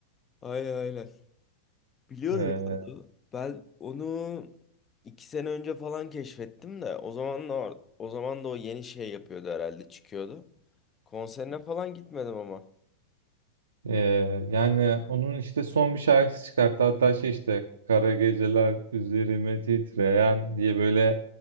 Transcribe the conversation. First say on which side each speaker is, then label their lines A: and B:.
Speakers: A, on the left; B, on the right.
A: Aynen aynen. Biliyorum
B: Ee,
A: ya onu. Ben onu iki sene önce falan keşfettim de o zaman da var- o zaman da o yeni şey yapıyordu herhalde çıkıyordu. Konserine falan gitmedim ama.
B: e, yani onun işte son bir şarkısı çıkarttı. Hatta şey işte Kara Geceler Üzerime Titreyen diye böyle